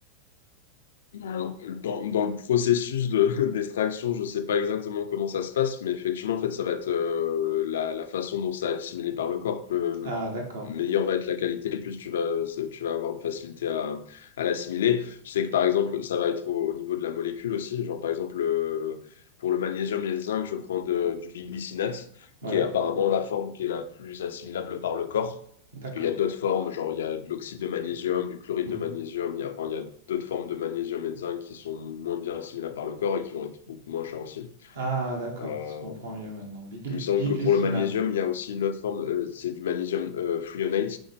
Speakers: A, on the left; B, on the right.
A: Alors, Dans, dans le processus de <laughs> d'extraction, je ne sais pas exactement comment ça se passe, mais effectivement, en fait, ça va être euh, la, la façon dont ça est assimilé par le corps. Le
B: Ah, d'accord.
A: meilleure va être la qualité, plus tu vas, tu vas avoir de facilité à, à l'assimiler. Je sais que, par exemple, ça va être au, au niveau de la molécule aussi. Genre, par exemple, euh, pour le magnésium et le zinc, je prends de- du biglycinate,
B: Ouais,
A: qui est apparemment la forme qui est la plus assimilable par le corps.
B: d'accord.
A: Parce qu'il y a d'autres formes, genre il y a de l'oxyde de magnésium, du chloride
B: Mhm.
A: de magnésium, il y a, enfin, il y a d'autres formes de magnésium et de zinc qui sont moins bien assimilables par le corps et qui vont être beaucoup moins chers aussi.
B: Ah, d'accord,
A: Euh,
B: je comprends mieux maintenant. Bigly-
A: il me semble
B: Biglycinate,
A: que pour le magnésium, il y a aussi une autre forme, euh, c'est du magnésium euh, threonate,